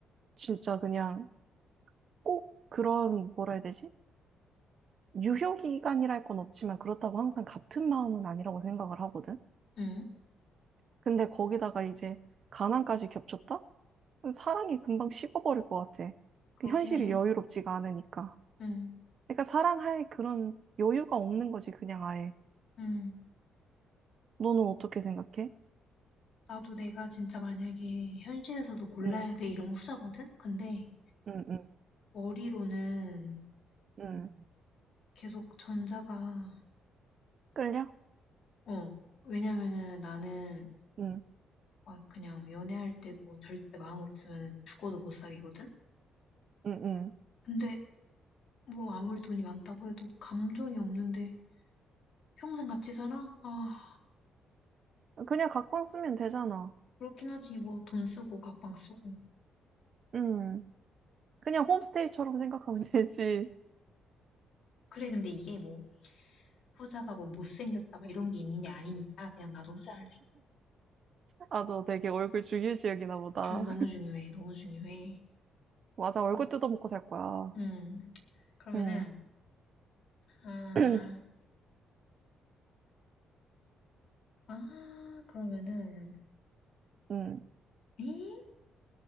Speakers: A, on the right; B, on the left.
A: 진짜 그냥 꼭 그런, 뭐라 해야 되지? 유효 기간이랄 건 없지만 그렇다고 항상 같은 마음은 아니라고 생각을 하거든.
B: 응.
A: 근데 거기다가 이제 가난까지 겹쳤다? 사랑이 금방 식어버릴 것 같아.
B: 그렇긴
A: 그 현실이
B: 해.
A: 여유롭지가 않으니까.
B: 응,
A: 그러니까 사랑할 그런 여유가 없는 거지, 그냥 아예.
B: 응.
A: 너는 어떻게 생각해?
B: 나도 내가 진짜 만약에 현실에서도 골라야
A: 응,
B: 돼 이런 후자거든? 근데
A: 응, 응,
B: 머리로는
A: 응.
B: 계속 전자가,
A: 끌려?
B: 어. 왜냐면은 나는
A: 응,
B: 아 그냥 연애할 때 뭐 절대 마음 없으면은 죽어도 못 사귀거든?
A: 응,
B: 근데 뭐 아무리 돈이 많다고 해도 감정이 없는데 평생 같이 살아? 아,
A: 응. 그냥 각방 쓰면 되잖아.
B: 그렇긴 하지. 뭐 돈 쓰고 각방 쓰고.
A: 응. 그냥 홈스테이처럼 생각하면 되지.
B: 그래, 근데 이게 뭐 후자가 뭐 못생겼다 막 이런 게 있는 게 아니니까 그냥 나도 후자 할래.
A: 아, 너 되게 얼굴 주위 지역이나 보다.
B: 중, 너무
A: <laughs>
B: 중요해. 너무 중요해.
A: 맞아, 얼굴
B: 그럼,
A: 뜯어먹고 살 거야.
B: 음, 그러면은,
A: 응.
B: 아,
A: <clears throat>
B: 아, 그러면은,
A: 응.
B: 에이?